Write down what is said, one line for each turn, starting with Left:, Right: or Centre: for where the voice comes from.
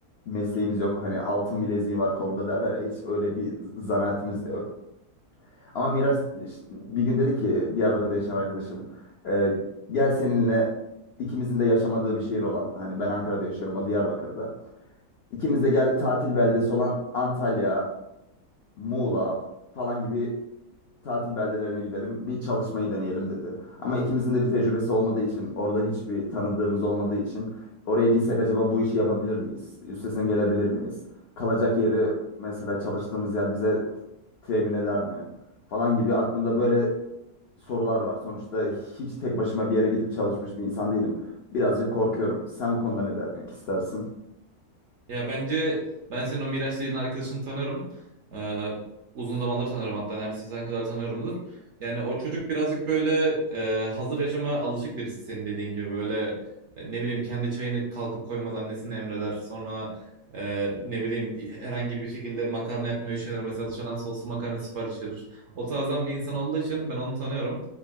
Left: mesleğimiz yok. Hani altın bileziği var kolunda derler ya hiç öyle bir zanaatimiz de yok. Ama Miraç bir gün dedi ki Diyarbakır'da yaşayan arkadaşım e, gel seninle ikimizin de yaşamadığı bir şehir olan hani ben Ankara'da yaşıyorum o Diyarbakır'da. İkimiz de gel tatil beldesi olan Antalya, Muğla falan gibi tatil beldelerine gidelim bir çalışmayı deneyelim dedi. Ama ikimizin de bir tecrübesi olmadığı için orada hiçbir tanıdığımız olmadığı için oraya gitsek acaba bu işi yapabilir miyiz? Üstesinden gelebilir miyiz? Kalacak yeri mesela çalıştığımız yer bize temin eder mi? falan gibi aklımda böyle sorular var. Sonuçta hiç tek başıma bir yere gidip çalışmış bir insan değilim. Birazcık korkuyorum. Sen bu konuda ne demek istersin?
Right: Ya bence ben senin o Miraç dediğin arkadaşını tanıyorum. Ee, uzun zamandır tanıyorum hatta neredeyse sen kadar tanıyorumdur. Yani o çocuk birazcık böyle e, hazır yaşama alışık birisi senin dediğin gibi böyle e, ne bileyim kendi çayını kalkıp koymaz annesine emreder. Sonra e, ne bileyim herhangi bir şekilde makarna yapmayı şeyler mesela dışarıdan soslu makarna sipariş verir. O tarzdan bir insan olduğu için ben onu tanıyorum.